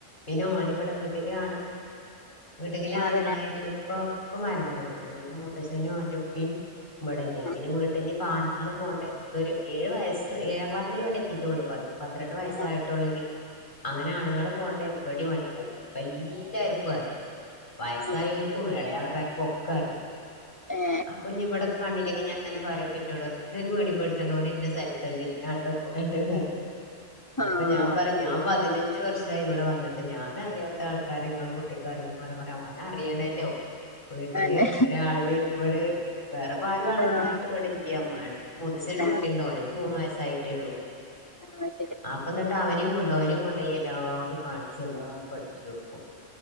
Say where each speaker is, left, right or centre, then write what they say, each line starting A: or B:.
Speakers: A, on the left; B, on the left.
A: പിന്നെ ഓന് ഇവിടെ വീട്ടിലെ ആണു വീട്ടക്കിലെ
B: ആ,
A: ആണുങ്ങളായിട്ട്
B: അതന്നെ
A: ഉപ്പാ ഉപ്പ മരണപ്പെട്ട്ക്കണ് പിന്നെ മുത്തശ്ശനും ഓന്റെ ഉപ്പിയും ഇവിടെല്ല
B: ആ,
A: പിന്നെ വീട്ട്ഞ്ഞി പ്പ ആണുങ്ങള് പോണ്ട എന്തൊരു ഏഴ് വയസ്സ് ഏഴാം ക്ലാസ്സിലേ ഓൻ എത്തിട്ടുള്ളൂ പതി പന്ത്രണ്ട് വയസായിട്ടുള്ളെങ്കിലും
B: ആ,
A: അങ്ങനെ ആണുങ്ങള് പോകണ്ട എവിടെയും വനാ പോവാ വല് എല്ലർക്കും അറിയാം വയസ്സായർക്കും
B: ആ,
A: ഇളയാ ആൾക്കാർക്കും ഒക്കെ അറിയാം
B: ഏ,
A: അപ്പൊന്നി ഇവിട ഒക്ക കണ്ടില്ലങ്കി ഞാ അങ്ങനെ പറുമ്പോ എന്നോട് പറയും ജ്ജ് ഒരു പേടീം പേടിച്ചണ്ട ഓനിന്ന സ്ഥലത്തുണ്ട് ഇന്നയാളുടെ കൂടെണ്ട്ന്ന്‌ റയും
B: ആ,
A: അപ്പൊ ഞാൻ പറയും ഞാൻ പതിന് അഞ്ചു വർഷമായി ഇവിടെ വന്നിട്ട് ഞാനറിയാത്ത ആൾക്കാരങ്ങളെ ഇങ്ങളെ കുട്ടിക്ക അറിയന്ന് പറ ഓനറിയണല്ലോ വീട്ടിന്
B: അല്ലെ
A: ഒരാള് വരുമ്പോള് വേറെപ്പാരും അണുങ്ങളായിട്ട്
B: ആഹ്
A: ഇവിടെ ഇല്ല്യ മൂത്തച്ഛന്
B: പിന്നെ
A: ഒരു കുട്ടി ഉണ്ട് ഓനിപ്പ മൂന്ന് വയസ്സായിട്ടേ ഉള്ളു
B: ആഹ് ശരി
A: അപ്പ എന്നിട്ട് അവനെയും കൊണ്ടോ അവനും കൊണ്ടോയി എല്ലാതും കാണിച്ച് എല്ലാരും പഠിച്ച് കൊടുക്കും